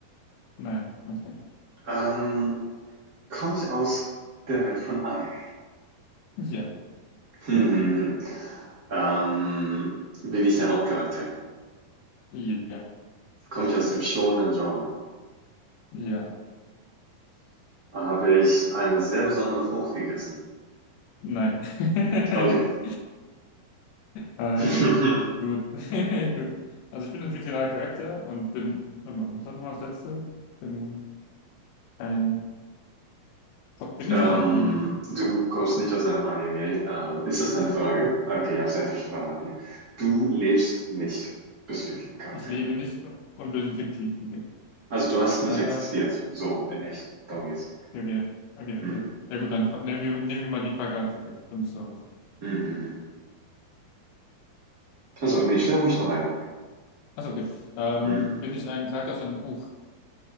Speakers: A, on the left; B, on the right.
A: Nein, okay.
B: Ähm, komme ich aus der Welt von Anime?
A: Ja,
B: Hm, hm, hm. Ähm, bin ich der Hauptcharakter?
A: ja,
B: Komme ich aus dem Shonen-Genre?
A: ja.
B: Habe ich eine sehr besondere Frucht gegessen?
A: Nein. <laughs>
B: Okay.
A: ähm,
B: <laughs>
A: gut. <laughs> Gut. Also, ich bin ein fiktionaler Charakter und bin. Warte mal, was war nochmal das letzte? Bin ein. Bin
B: Ähm,
A: ich aus einem Anime?
B: du kommst nicht aus einem Anime. Ähm, ist das deine Frage? Okay, ich habe es einfach schon verraten. Du lebst nicht. Bist fiktiver Charakter.
A: Ich lebe nicht und bin fiktiv. Okay.
B: Also du hast
A: Ähm,
B: nicht existiert. So, in echt. Darum geht's.
A: Okay, okay,
B: Hm.
A: okay. Ja gut, dann fra- nehmen wir, nehmen wir mal die Frage als okay. Und so.
B: Hm, hm, hm. Also, nee, stell ruhig
A: Oh.
B: noch eine.
A: Achso, okay. Ähm,
B: Hm.
A: bin ich ein Charakter aus einem Buch?